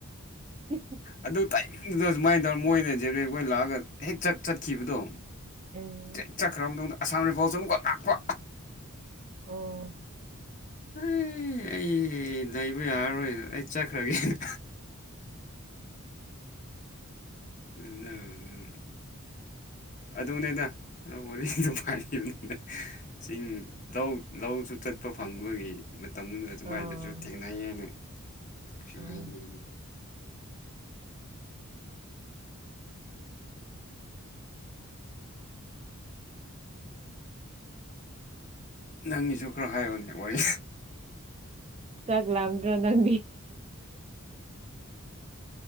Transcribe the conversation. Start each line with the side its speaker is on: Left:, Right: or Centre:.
Right: ꯍ
Left: ꯑꯗꯨ ꯇꯥꯏꯝꯗꯨꯗ ꯁꯨꯃꯥꯏꯅ ꯇꯧꯔ ꯃꯣꯏꯅ ꯖꯦꯔꯦꯛꯈꯣꯏ ꯂꯥꯛꯑꯒ ꯍꯦꯛ ꯆꯠ ꯆꯠꯈꯤꯕꯗꯣ
Right: ꯎꯝ
Left: ꯦꯛ ꯆꯠꯈ꯭ꯔꯕ ꯃꯇꯨꯡꯗ ꯑꯁꯥꯝ ꯔꯤꯐꯣꯜꯁꯨ ꯑꯃꯛꯣ ꯇꯥꯛꯄ
Right: ꯑꯣ
Left: ꯑꯩ ꯑꯩ ꯂꯩꯕ ꯌꯥꯔꯔꯣꯏꯗ ꯑꯩ ꯆꯠꯈ꯭ꯔꯒꯦꯅ ꯑꯗꯨ ꯑꯗꯨꯅꯦꯗ ꯈꯔ ꯋꯥꯔꯤꯗ ꯄꯥꯏꯔꯤꯕꯅꯤꯅ ꯆꯤꯡ ꯂꯧ ꯂꯧꯁꯨ ꯆꯠꯄ ꯐꯪꯕꯒꯤ ꯃꯇꯝꯗꯨꯗ ꯑꯗꯨꯃꯥꯏꯅꯁꯨ
Right: ꯑꯥ
Left: ꯊꯦꯡꯅꯩ ꯍꯥꯏꯅ ꯈꯔ
Right: ꯎꯝ
Left: ꯍꯥꯏꯕꯤ ꯅꯪꯒꯤꯁꯨ ꯈꯔ ꯍꯥꯏꯌꯣꯅꯦ ꯋꯥꯔꯤ
Right: ꯆꯥꯛ ꯂꯝꯗ꯭ꯔꯣ ꯅꯪ